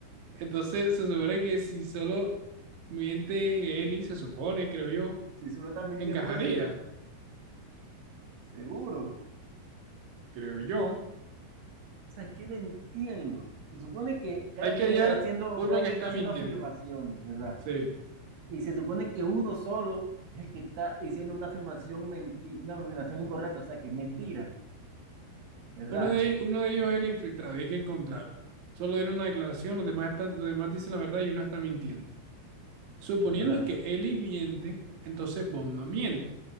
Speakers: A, on the right; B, on the right.
A: Entonces se supone que si solo miente Eli, se supone, creo yo,
B: Si solo está mintiendo
A: encajaría,
B: él, seguro.
A: creo yo.
B: O sea, es que no entiendo. Se supone que cada
A: Hay que
B: quien
A: hallar
B: está haciendo,
A: uno
B: cada
A: que
B: quien
A: está
B: está haciendo
A: mintiendo.
B: afirmaciones, ¿verdad?
A: Sí.
B: Y se supone que uno solo es el que está diciendo una afirmación menti- una afirmación incorrecta, o sea, que es mentira, ¿verdad?
A: Uno de, ellos- uno de ellos es el infiltrado, y hay que encontrarlo. Solo dieron una declaración, los demás, están, los demás dicen la verdad y uno está mintiendo. Suponiendo
B: ¿Verdad?
A: que Eli miente, entonces Bob no miente.